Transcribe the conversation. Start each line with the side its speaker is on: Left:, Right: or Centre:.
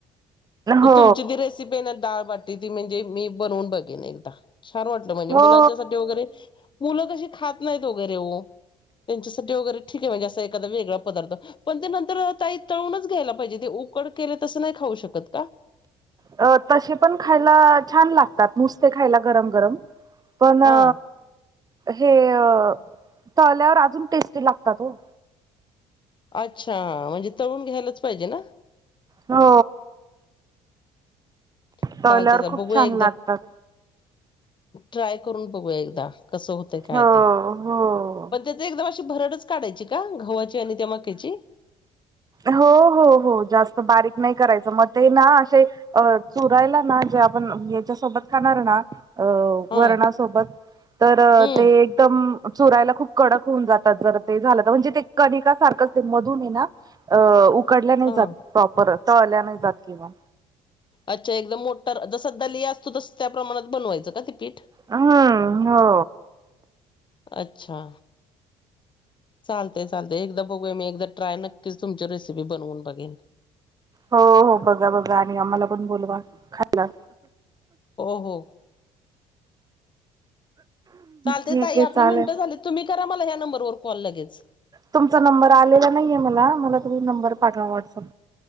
Left: तर
Right: हो
Left: तुमची जी रेसिपी आहे ना डाळबाटी ती म्हणजे मी बनवून बघेन एकदा. छान वाटत म्हणजे
Right: हो
Left: मुलांच्यासाठी वगैरे. मुलं कशी खात नाहीत ओ वगैरे ओ,, त्यांच्यासाठी वगैरे ठीक आहे म्हणजे आसा एखादा वेगळा पदार्थ पण ते नंतर अ ताई तळूनच घ्यायला पाहिजे ते उकड केले तसं नाही खाऊ शकत का?
Right: अ तसे पण खायला छान लागतात. नुसते खायला गरम गरम. पण अ
Left: हा
Right: हे अ तळल्यावर अजून टेस्टी लागतात हो.
Left: अच्छा म्हणजे तळून घ्यायलाच पाहिजे ना?
Right: हो
Left: चालत
Right: तळल्यावर
Left: चालत
Right: खूप
Left: बघूया.
Right: छान
Left: एकदा
Right: लागतात
Left: ट्राय करून बघूया एकदा. कसं होतय काय
Right: हो
Left: ते.
Right: हो
Left: पण. त्याच एकदम अशी भरडच काढायची का? घव्हाची आणि त्या मक्याची.
Right: हो हो हो जास्त बारीक नाही करायचा. मग ते ना असे अ चुरायला ना जे आपण याच्यासोबत खाणार ना अ
Left: हा
Right: वरणासोबत तर अ
Left: हम्म
Right: ते म चुरायला खूप कडक होऊन जातात. जर ते झालं तर. म्हणजे ते कणिका सारखंच ते मधून ये ना अ उकडल्या नाही
Left: हा
Right: जात. प्रॉपर तळल्या नाही जात कि म.
Left: अच्छा एकदम मोटर जसं दलिया असतो तसं त्या प्रमाणात बनवायचं का ते पीठ?
Right: हम्म हो
Left: अच्छा चालतय चालतय एकदा बघूया मी एकदा ट्राय नक्कीच तुमच्या रेसिपी बनवून बघेन.
Right: हो हो बघा बघा. आणि आम्हाला पण बोलवा खायला.
Left: हो हो चालतय
Right: ठीक
Left: ताई
Right: आहे
Left: आपली
Right: चालेल
Left: मिनटं झाली. तुम्ही करा मला या नंबरवर कॉल लगेच.
Right: तुमचा नंबर आलेला नाहीये मला. मला तुम्ही नंबर पाठवा व्हॉट्सअप.